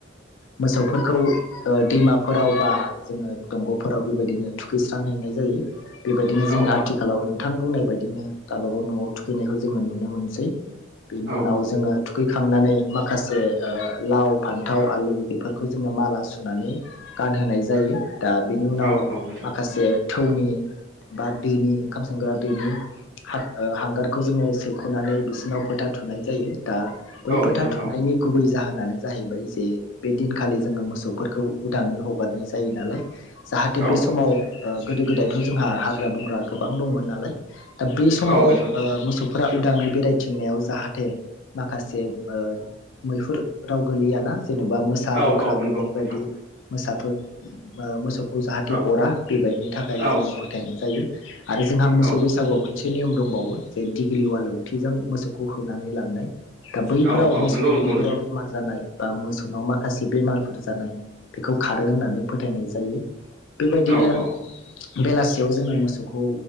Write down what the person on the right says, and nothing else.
औ
औ
औ
औ औ नोंथां
औ
नोंथां
औ
औ
औ नोंथां
औ
औ नंगौ
नोंथां
औ
औ
औ
औ
नंगौ नंगौ
नोंथां
औ औ